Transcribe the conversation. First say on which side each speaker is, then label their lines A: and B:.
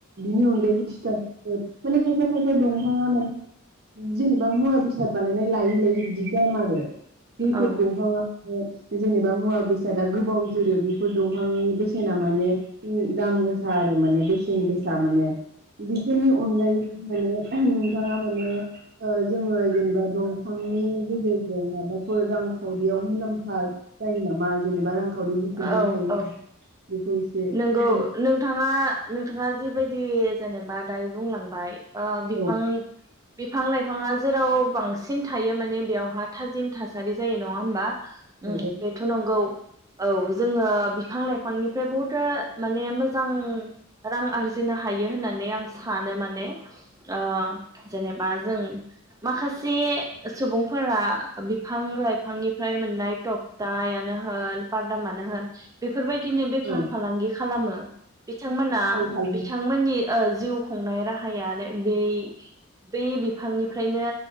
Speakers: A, on the right (about 50°); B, on the right (about 15°).
A: बिनि अनगायैबो थिथाफोर माने खायफा खायफा दंफाङा मान जेनेबा मुवा बेसाद बानायनाय लायै लायै बिदि दाम आरो। जोयफोर
B: औ
A: दंफाङा माने जेनेबा मुवा बेसादा गोबाव जोरो बेफोर दंफांनि बेसेना माने दाम गोसा आरो माने बेसेन गोसा माने बेफोरनि अनगायैबो माने नोंथाङा माने ओ जोङो जेनेबा दंफांनि गेजेरजों मन बाफोर रांखावरियाव मुलाम्फा जायो नामा जेनेबा रांखा हदिनो खुंनो
B: औ
A: हायो
B: औ
A: बेखौ एसे फोरमाय
B: नोंगौ नोंथाङा नो थांङा जिबायदि जेनेब बा दायो बुंलांबाय। ओ
A: औ
B: बिफां बिफां लाइफाङा जेराव बांसिन थायो माने बेयावहा थाजिम थासारि जायो नङा होमबा? उम
A: औ
B: बेथ' नंगौ औ जोङो बिफां लाइ फांनिफ्राय बहुद सो माने मोजां रां आरजिनो हायो होननानै आं सानो माने ओ जेनेबा जों माखासे सुबुंफोरा बि फां लाइफांनिफ्राय मोननाय थफ दायानो होन फारदा माने होन बेफोरबायदिनो बेफार
A: औ
B: खालामो। बिथांमोना
A: औ खालामो
B: बिथांमोननि ओ जिउ खुंनाय रा <inaudible> बे बिफांनिफ्रायनो